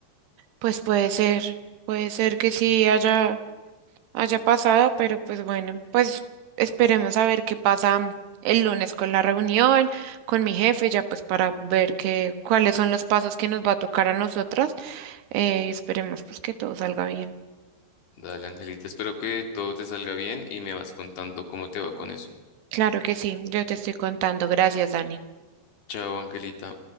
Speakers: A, on the right; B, on the left.
A: Pues puede ser, puede ser que sí haya. haya pasado, pero pues bueno, pues esperemos a ver qué pasa mm, el lunes con la reunión, con mi jefe, ya pues para ver qué, cuáles son los pasos que nos va a tocar a nosotros eh, y esperemos pues que todo salga bien.
B: Dale, Angelita, espero que todo te salga bien y me vas contando cómo te va con eso.
A: Claro que sí, yo te estoy contando. Gracias, Dani.
B: Chao, Angelita.